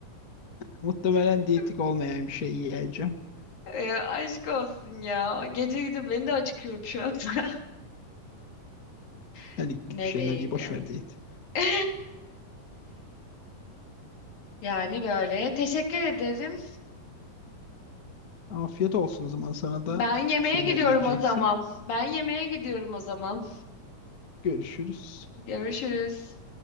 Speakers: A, on the left (about 35°); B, on the left (about 75°).
A: Muhtemelen
B: <laughs>
A: diyetik olmayan bir şey yiyeceğim.
B: E, aşk olsun ya. Gece gece beni de acıkıyorum şu anda. <laughs>
A: Hani git
B: Ne
A: bir şeyler
B: diyeyim
A: ye boş
B: ya.
A: ver diyet.
B: <laughs> Yani böyle. Teşekkür ederim.
A: Afiyet olsun o zaman sana
B: Ben
A: da
B: yemeğe
A: bir şeyler
B: gidiyorum
A: yiyeceksin.
B: o zaman. Ben yemeğe gidiyorum o zaman.
A: Görüşürüz.
B: Görüşürüz.